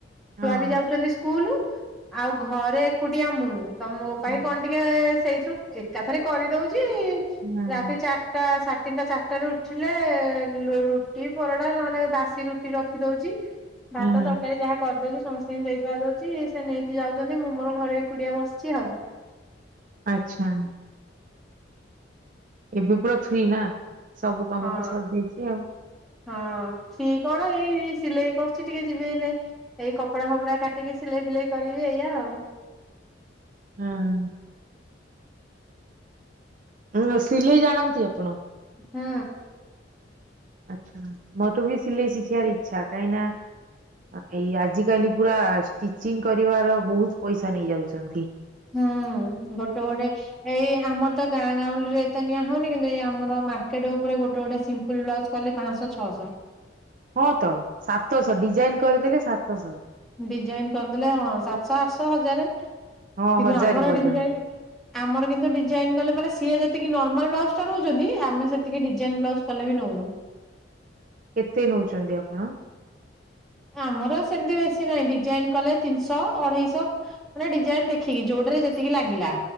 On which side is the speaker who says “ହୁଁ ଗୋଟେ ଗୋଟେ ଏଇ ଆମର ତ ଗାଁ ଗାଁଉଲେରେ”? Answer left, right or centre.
Centre